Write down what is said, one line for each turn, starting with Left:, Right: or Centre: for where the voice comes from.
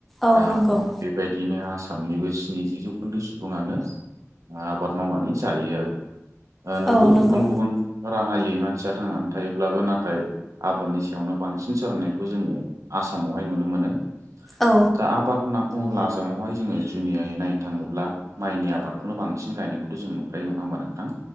Centre: औव
Right: दा
Centre: नंगौव।
Right: बेबायदिनो आसामनिबो स्निजि जौखोन्दो सुबुंङानो आबाद मावनानै जायो आरो नोंगौ
Centre: औ नंगौ
Right: गुबुन गुबुन राहायै मानसिया थांनानै थायोब्लाबो नाथाय आबादनि सायावनो बांसिन सोनारनानै जोंङो आसामावहाय नुनो मोनो
Centre: औ
Right: दा आबाद होनना बुंङोब्ला आसामावहाय जोंङो जुनियै नायनो थांङोब्ला माइनि आबाद बेखौनो बांसिन गायनायखौ' जों नुखायो नंङा होमबा नोंथां।